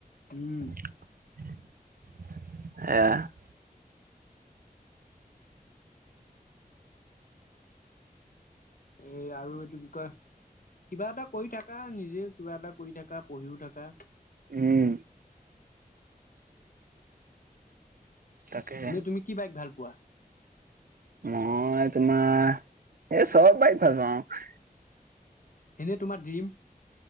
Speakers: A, on the left; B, on the right.
A: উম
B: এ
A: এই আৰু এইটো কি কয় কিবা এটা কৰি থাককা নিজে কিবা এটা কৰি থাককা পঢ়িও থকা
B: উম তাকেহে।
A: এনেই তুমি কি বাইক ভাল পোৱা
B: মই তোমাৰ এই চব বাৰ ভাল পা আৰু
A: সেনেই তোমাৰ ড্ৰিম